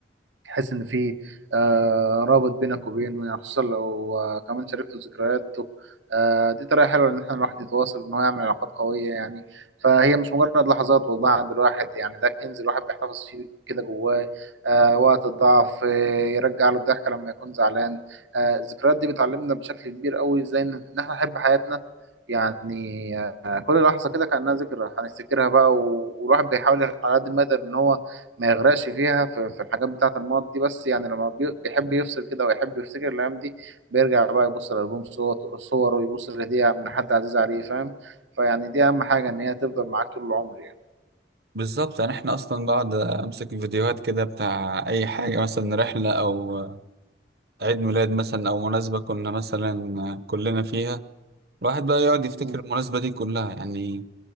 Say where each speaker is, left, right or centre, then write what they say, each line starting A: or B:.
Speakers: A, on the right; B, on the right.
A: تحس ان في آه، رابط بينك وبينه يعني خصوصا لو آه، كمان شاركته ذكرياته آه، دي طريقه حلوه ان احنا الواحد يتواصل ان هو يعمل علاقات قويه يعني فهي مش مجرد لحظات والله عند الواحد يعني ده كنز الواحد بيحتفظ فيه كده جواه آه، وقت الضعف آه، يرجع له الضحكه لما يكون زعلان آه، الذكريات دي بتعلمنا بشكل كبير قوي ازاي ان إن احنا نحب حياتنا يعني آه، كل لحظه كده كانها ذكرى هنفتكرها بقى و- والواحد بيحاول على قد ما يقدر ان هو ما يغرقش فيها في في الحاجات بتاعة الماضي دي بس يعني لما بي- بيحب يفصل كده ويحب يفتكر الأيام دي بيرجع بقى يبص لألبوم صور صوره ويبص لهدية من حد عزيز عليه فاهم فيعني دي أهم حاجة إن هي تفضل معاك طول العمر يعني
B: بالظبط يعني احنا اصلا بقعد امسك الفيديوهات كده بتاع اي حاجه مثلا رحله او عيد ميلاد مثلا او مناسبه كنا مثلا كلنا فيها الواحد بقى يقعد يفتكر
A: مم.
B: المناسبه دي كلها يعني